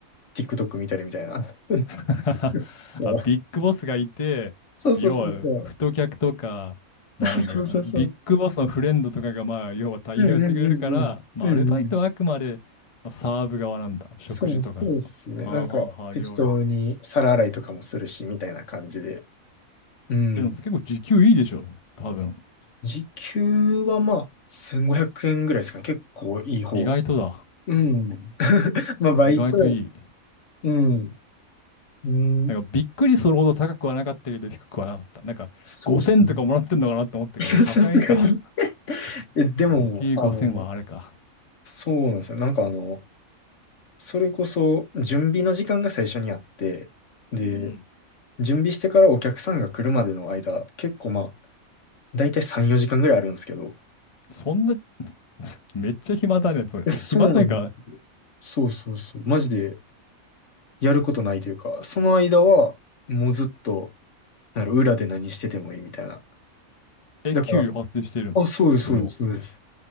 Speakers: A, on the left; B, on the left.
A: TikTok 見たりみたいな。<laughs>
B: <laughs>
A: そう
B: あ、ビッグボスがいて、
A: そうそうそうそう。
B: 要は、太客とか、まあなんか、
A: <laughs> そうそうそう。
B: ビッグボスのフレンドとかが、まあ、要は対応してくれるから、
A: うんうんうんうん。
B: まあ、
A: うんうん。
B: アルバイトはあくまで、まあ、サーブ側なんだ。食事とかの。
A: そうそうっすね。
B: はあはあはあ、
A: なんか適当に皿洗いとかもするし、
B: 料理。
A: みたいな感じで。うん。
B: えでも、それ結構時給いいでしょ。多分。
A: 時給はまあ、1500円ぐらいですかね。結構いい方。
B: 意外とだ。
A: うん。<laughs> まあ、バイト。
B: 意外といい。
A: うん。うん。
B: なんか、びっくりするほど高くはなかったけど、低くはなかった。なんか、
A: そうっすね。
B: 5000とかもらってんのかなって思ったけど、
A: <laughs>
B: さすがにいいか。
A: さすがに
B: <laughs>
A: え、でも、
B: 時給5000はあれか。
A: あの、そうなんですよ。なんかあの、それこそ準備の時間が最初にあって、で、
B: うんうん。
A: 準備してからお客さんが来るまでの間、結構まあ、だいたい3、4時間ぐらいあるんですけど。
B: そんな <laughs> めっちゃ暇だね、それ。
A: いや、
B: え暇というか、
A: そうなんですそうそうそう。マジでやることないというか、その間はもうずっと、なんか裏で何しててもいいみたいな。
B: え、
A: だから、
B: 給料発生してるのそれも。
A: あ、そうです、そうです、そうです。